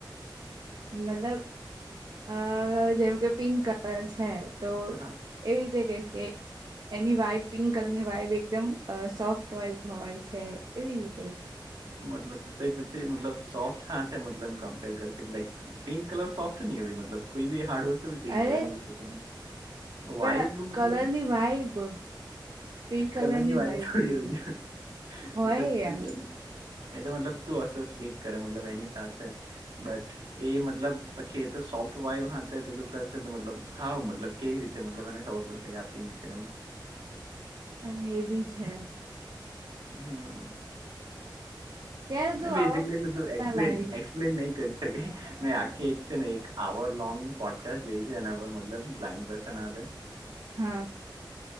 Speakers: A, on the right; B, on the right.
A: મતલબ અ જેમ કે પિંક કલર છે તો.
B: હા
A: એવી રીતે કે એની વાઈબ પિંક કલરની વાઈબ એકદમ સોફ્ટ. વાઈબ હોય છે એવી રીતે.
B: મતલબ તે પછી મતલબ સોથ હાથે મતલબ કમ્પેર કરશે કે લાઈક. પિંક કલર સોફ્ટ ની હોય મતલબ કોઈ બી હાર્ડ વસ્તુ બી પિંક
A: અરે
B: કલર ની હોઈ શકે ને.
A: પણ
B: વાઈબ મતલબ
A: કલરની વાઈબ પિંક
B: કલરની વાયબ.
A: વાઈબ
B: એવું
A: કીધું
B: એ
A: હોય
B: તો ટુ.
A: યાર
B: એ તો મતલબ તું એસોસિયટ કરે મતલબ એની સાથે બટ. એ મતલબ પછી એ તો સોફ્ટ વાઈવ હા તે પેલું કરશે તો મતલબ હા મતલબ. કેવી રીતે મતલબ મને ખબર પડશે કે આ પિંક છે એમ.
A: એન્ડ એ બી છે.
B: હમ.
A: યાર તું
B: બેસિકલી
A: આવા કોઈ
B: એટલે તું એક્સપ્લેન
A: ના લાગે
B: એક્સપ્લેન નહી કરી. શકી મેં આખી એક છે ને એક આવર લોંગ પોડકાસ્ટ જોઈ છે એના પર મતલબ બ્લાઈન્ડ પર્સન હાતે.
A: હા.